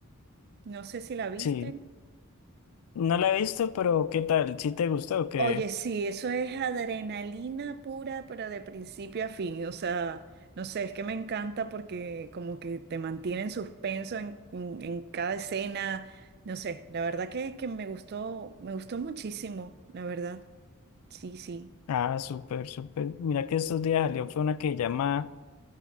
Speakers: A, on the right; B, on the left.
A: No sé si la viste.
B: Sí, no la he visto, pero ¿qué tal? ¿Sí te gustó o qué?
A: Oye, sí, eso es adrenalina pura, pero de principio a fin. O sea, no sé, es que me encanta porque como que te mantiene en suspenso en, en- en cada escena. No sé, la verdad que, que me gustó, me gustó muchísimo, la verdad. Sí, sí.
B: Ah, súper, súper. Mira que estos días salió, fue una que llama.